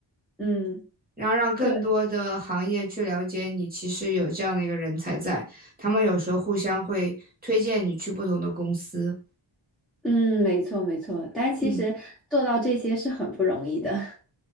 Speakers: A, in the centre; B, on the right.
A: 嗯。
B: 然后让更多的行业去了解你，
A: 个。
B: 其实有这样的一个人才在，他们有时候互相会推荐你去不同的公司。
A: 嗯，没错没错，但其实做到这些是很不容易的。
B: 嗯
A: <laughs>